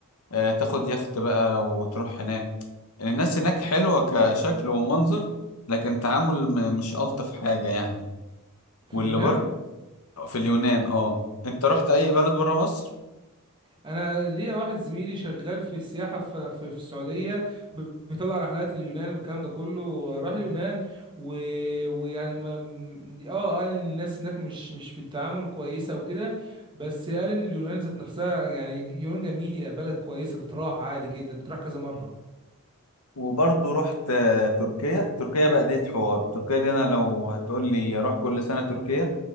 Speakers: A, on the left (about 75°); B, on the right (about 20°).
A: آه، تاخد يخت بقى وتروح هناك يعني الناس هناك حلوه كشكل ومنظر لكن تعامل م- مش الطف حاجه يعني
B: في
A: واللي
B: اليونان
A: برضه في اليونان اه انت رحت اي بلد بره مصر
B: انا ليا واحد زميلي شغال في السياحه في في, في السعوديه ب- بيطلع رحلات لليونان والكلام ده كله راح اليونان و... ويعني ما م- اه قال ان الناس هناك مش مش في التعامل كويسه وكده بس قال ان اليونان ذات نفسها يعني اليونان جميله بلد كويسه تتراح عادي جدا تتراح كذا مره
A: وبرضه رحت آه، تركيا تركيا بقى دي حوار تركيا دي انا لو هتقول لي اروح كل سنة تركيا